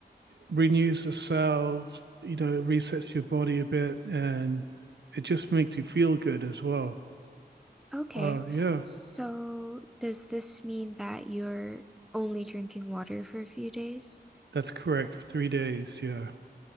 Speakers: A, on the right (about 85°); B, in the centre.
A: renews the cells. You know, it resets your body a bit, and it just makes you feel good as well.
B: Okay.
A: Uh, yeah,
B: So, does this mean that you're only drinking water for a few days?
A: that's correct. Three days. Yeah.